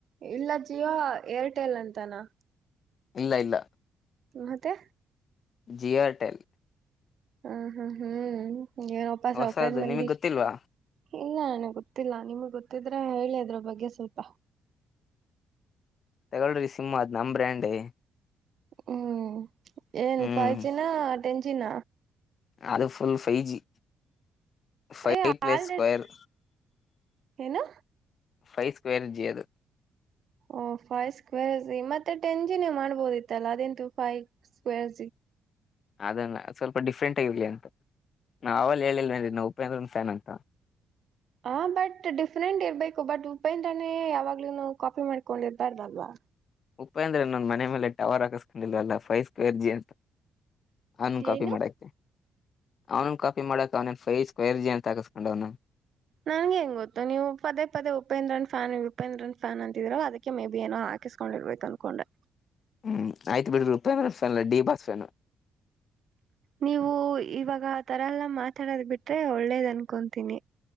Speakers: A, on the right; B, on the left.
A: ಎಲ್ಲ ಎಂತಾನ ಇಲ್ಲ ಜಿಯೋ ಏರ್ಟೆಲ್ ಅಂತನಾ
B: ಇಲ್ಲ ಇಲ್ಲ
A: ಮತ್ತೆ
B: ಜಿಯರ್ಟೆಲ್
A: ಹ್ಮ್ ಹ್ಮ್ ಹ್ಮ್ ಏನೋಪ್ಪ ಸೌಕ
B: ಹೊಸದು
A: ಮಂದಿ
B: ನಿಮಗ್ ಗೊತ್ತಿಲ್ವಾ
A: ಇಲ್ಲ ನಾನ ಗೊತ್ತಿಲ್ಲ ನಿಮ್ಗ್ ಗೊತ್ತಿದ್ರೆ ಹೇಳಿದ್ರ ಬಗ್ಗೆ ಸ್ವಲ್ಪ
B: ತಗಳ್ರಿ ಸಿಮ್ಮ್ ಅದ್ ನಮ್ ಬ್ರ್ಯಾಂಡೇ
A: ಹ್ಮ್ ಏನ್
B: ಹ್ಮ್
A: ಫೈವ್ ಜಿನ ಟೆನ್ ಜಿನ
B: ಅದು ಫುಲ್ ಫೈವ ಜಿ ಫೈವ್
A: ಏ
B: ಪ್ಲಸ್
A: ಆಲ್ರೆಡಿ
B: ಸ್ಕ್ಯರ್
A: ಏನು
B: ಫೈವ ಸ್ಕ್ವಯರ್ಜಿ ಅದು
A: ಓ ಫೈವ್ ಸ್ಕ್ವೇರ್ ಮತ್ತೆ ಟೆನ್ ಜಿ ನೀ ಮಾಡ್ಬೋದಿತ್ತಲ್ಲ ಅದಂತು ಫೈವ್ ಸ್ಕ್ವೇರ್
B: ಅದಲ್ಲ ಸ್ವಲ್ಪ ಡಿಫ್ರೆಂಟ್ ಆಗಿರ್ಲಿ ಅಂತ ನಾ ಅವಲ್ಲೇ ಹೇಳಿಲ್ಲ ಏನ್ರೀ ಉಪೇಂದ್ರನ್ ಫ್ಯಾನ್ ಅಂತ.
A: ಹಾ ಬಟ್ ಡಿಫ್ರೆಂಟ್ ಇರ್ಬೇಕು ಬಟ್ ಉಪೇಂದ್ರಾನೇ ಯಾವಾಗ್ಲೂನು ಕಾಪಿ ಮಾಡ್ಕೊಂಡಿರ್ಬಾರ್ದಲ್ವಾ.
B: ಉಪೇಂದ್ರ ನನ್ ಮನೆ ಮೇಲೆ ಟವರ್ ಹಾಕಿಸ್ಕೊಂಡಿಲ್ವಲ್ಲ ಫೈಸ್ ಕೇಳಿ ಜಿ ಅಂತ ನಾನು ಕಾಫಿ
A: ಏನು
B: ಮಾಡಾಕ್ತಿನಿ. ಅವನು ಕಾಪಿ ಮಾಡಕ ಅವನ ಫೈ ಸ್ಕ್ವೇರ್ ಜಿ ಅಂತ ಹಾಕಿಸ್ಕೊಂಡವ್ನ.
A: ನಂಗ್ಹೆಂಗ್ ಗೊತ್ತು ನೀವು ಪದೇ ಪದೇ ಉಪೇಂದ್ರನ್ ಫ್ಯಾನ್ ಉಪೇಂದ್ರನ್ ಫ್ಯಾನ್ ಅಂತಿದ್ರರಲ್ಲ ಅದ ಮೇ ಬಿ ಏನೋ ಆ ಕಿಸ್ಕೊಂಡಿರ್ಬೇಕ ಅನ್ಕೊಂಡೆ.
B: ಹ್ಮ್ ಆಯ್ತು ಬಿಡ್ರಿ ಉಪೇಂದ್ರ ಫ್ಯಾನ್ಲ ಡಿ ಬಾಸ್ ಫ್ಯಾನ್.
A: ನೀವು ಇವಾಗ ಆ ತರ ಎಲ್ಲಾ ಮಾತಾಡದ್ ಬಿಟ್ರೆ ಒಳ್ಳೇದ್ ಅನ್ಕೊಂತೀನಿ.